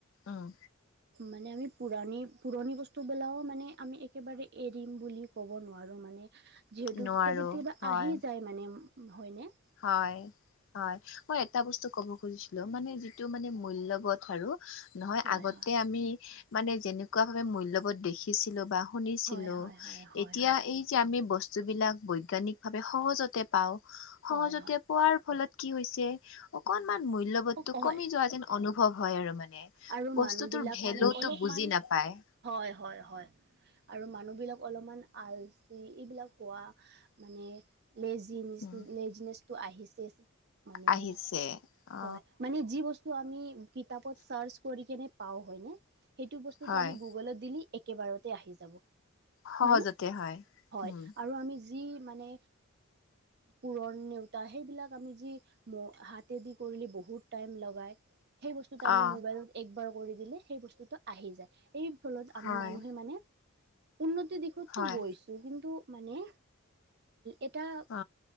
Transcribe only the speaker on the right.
মানে আমি পুৰাণি পুৰণি বস্তুবিলাকো মানে আমি এক কেবাৰে এৰিম বুলি ক'ব নোৱাৰোঁ মানে যিহেতু
কেতিয়াবা কেতিয়াবা
আহি যায় মানে হয়নে?
হয়
হয় হয় হয় হয়
হয়
হয় হয়
হয় হয়
আৰু
মানুহবিলাক
মানে অলপমান
হয় হয় হয়। আৰু মানুহবিলাক অলপমান আলচি এইবিলাক হোৱা মানে- লেজিনেচ
লেজিনেচটো আহিছে। মানে
হয়, মানে যি বস্তু আমি কিতাপত চাৰ্চ কৰি কিনে পাওঁ হয়নে? সেইটো বস্তুটো
আমি গুগুলত দিলি একেবাৰতে আহি যাব।
হয় নে
হয়,
আৰু আমি যি- যি মানে পুৰণ নেওতা সেইবিলাক আমি যি ম হাতে দি- কৰিলে বহুত টাইম লগাই সেই বস্তুটো আমি
মোবাইলত- একবাৰ কৰি দিলে সেই বস্তুটো আহি যায় এই ফলত আ
মানুহে মানে উন্নত- তি দিশতটো
গৈছো, কিন্তু মানে এটা-